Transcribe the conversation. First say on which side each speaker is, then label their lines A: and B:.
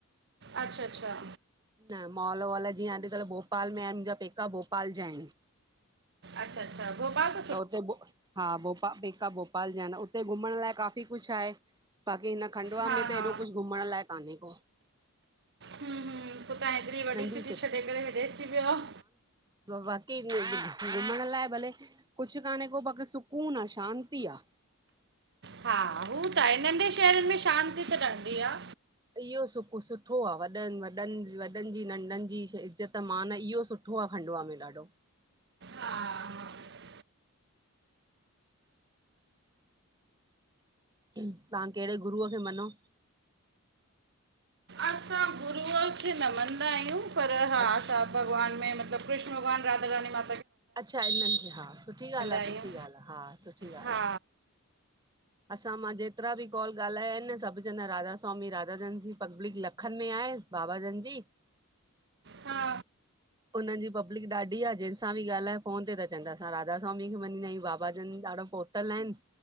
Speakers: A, on the right; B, on the right.
A: अच्छा अच्छा।
B: न मॉल वॉल जीअं अॼुकल भोपाल में आहिन मुंहिंजा पेका भोपाल जा आहिन।
A: अच्छा अच्छा भोपालत
B: त हुते भु हा भोपाल पेंकाभोपाल जा आहिन उते घुमण लाइ काफ़ी कुछ आहे। बाक़ी हिन खंडुवा
A: हा
B: में त
A: हा
B: हेॾो कुछ घुमण लाइ काने को।
A: हुं हुं पोइ तहां हेतरी वॾी
B: नंढी
A: सिटी छॾे करे हेॾे अची वयव
B: वाकई घुमण लाइ भले कुछ काने को बाक़ी सुकून आहे शांती आ।
A: हा हू त आहे नंढे शहरन में शांती त रहंदी आ।
B: इहो सु सुठो आ। वॾनि- वॾनि- वॾनि जी नंढनि जी इज़्ज़त- मानु इहो सु सुठो आ खंडुआ में ॾाढो।
A: हा हा
B: तव्हां केहिड़े गुरूअ खे मञो?
A: असां गुरूअ गुरूअ खे न मञदा आहियूं, पर हा
B: अच
A: असां भॻवानु में मतिलबु कृष्ण भॻवानु- राधा- रानी मां।
B: अच्छा इन्हनि खे हा, सुठी ॻाल्हि आ-
A: आहियूं
B: सुठी ॻाल्हि आ- हा सुठी
A: हा
B: ॻाल्हि आ। असां मां जेतिरा बि कॉल ॻाल्हाया आहिनि न सभु चवंदा आहिन राधा- स्वामी राधा- जनि सी, पब्लिक लखनि में आहे। बाबा जनि जी।
A: हा
B: हुननि जी पब्लिक ॾाढी आ, जहिं सां बि ॻाल्हाए, फोन ते चवंदा असां राधास्वामी खे मनींदा आहियूं। बाबा जनि ॾाढो प तल आहिन।